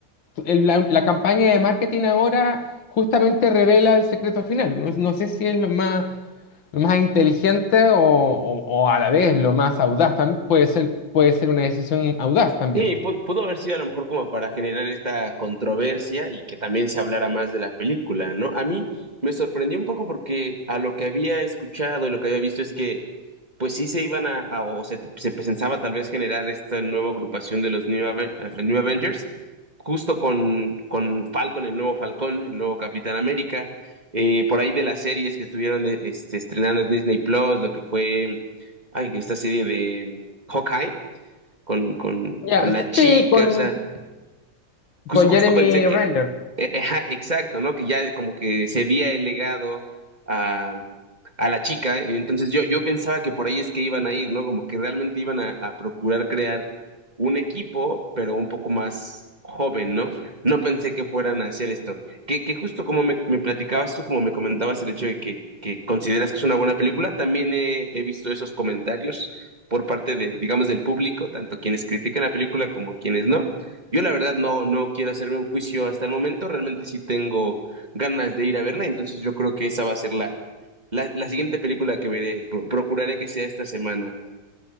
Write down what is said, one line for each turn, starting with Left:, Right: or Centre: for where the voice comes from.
Left: el- la, la campaña de marketing ahora justamente revela el secreto final. No, no sé si es lo más, lo más inteligente o, o- o a la vez lo más audaz, tam- puede ser, puede ser una decisión audaz también.
Right: Sí, pu- pudo haber sido a lo mejor como para generar esta controversia y que también se hablara más de la película, ¿no? A mí me sorprendió un poco porque a lo que había escuchado y lo que había visto es que pues sí se iban a, a- o se, se pensaba tal vez generar esta nueva agrupación de los New, Aven- eh, New Avengers, justo con, con Falcon, el nuevo Falcón, el nuevo Capitán América, eh, por ahí de las series que estuvieron eh, este, estrenando en Disney Plus, lo que fue, ay, esta serie de mm, Hawkeye con, con,
Left: Ya,
Right: con la chica,
Left: sí, con,
Right: o sea, Justo,
Left: con
Right: justo
Left: Jeremy
Right: pensé que,
Left: Renner.
Right: eh, ajá, exacto, ¿no? Que ya como que se había el legado a, a la chica, y entonces yo, yo pensaba que por ahí es que iban a ir, ¿no? Como que realmente iban a, a procurar crear un equipo, pero un poco más joven, ¿no? No pensé que fueran a hacer esto. Que, que justo como me, me platicabas tú, como me comentabas el hecho de que, que consideras que es una buena película, también he, he visto esos comentarios por parte de, digamos, del público, tanto quienes critican la película como quienes no. Yo la verdad no, no quiero hacerme un juicio hasta el momento, realmente sí tengo ganas de ir a verla, entonces yo creo que esa va a ser la, la, la siguiente película que veré, Pro- procuraré que sea esta semana.